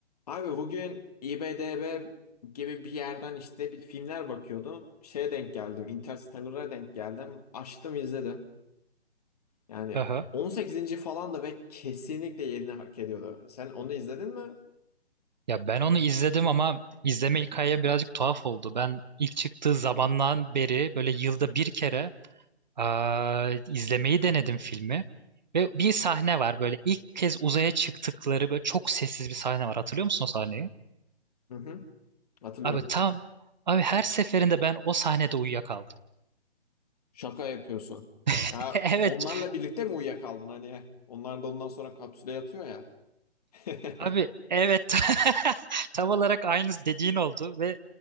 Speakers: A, on the left (about 35°); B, on the right (about 45°).
A: Abi bugün IMDb gibi bir yerden işte bir filmler bakıyordum. Şeye denk geldim. Interstellar'a denk geldim. Açtım izledim. Yani
B: Hı hı.
A: 18. falan da ve kesinlikle yerini hak ediyordu. Sen onu izledin mi?
B: Ya ben onu izledim ama izleme hikaye birazcık tuhaf oldu. Ben ilk çıktığı zamandan beri böyle yılda bir kere aa, izlemeyi denedim filmi. Ve bir sahne var böyle ilk kez uzaya çıktıkları böyle çok sessiz bir sahne var. Hatırlıyor musun o sahneyi?
A: Hı hı. Hatırlıyorum.
B: Abi tam abi her seferinde ben o sahnede uyuyakaldım.
A: Şaka yapıyorsun.
B: <laughs>
A: Ya
B: Evet
A: onlarla birlikte mi uyuyakaldın hani? Onlar da ondan sonra kapsüle yatıyor ya. <laughs>
B: Abi evet <laughs> tam olarak aynı dediğin oldu ve